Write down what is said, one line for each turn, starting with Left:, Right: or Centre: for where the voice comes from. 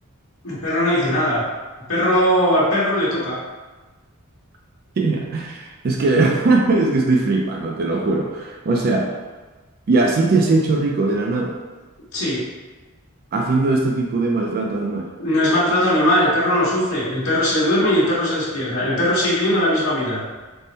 Left: El perro no dice nada. El perro, al perro le toca.
Right: <laughs> Yeah. Es que, <laughs> es que estoy flipando, te lo juro. O sea, y así te has hecho rico de la nada.
Left: Sí.
Right: haciendo este tipo de maltrato animal.
Left: No es maltrato animal, el perro no sufre. El perro se le duerme y el perro se despierta. El perro sigue teniendo la misma vida.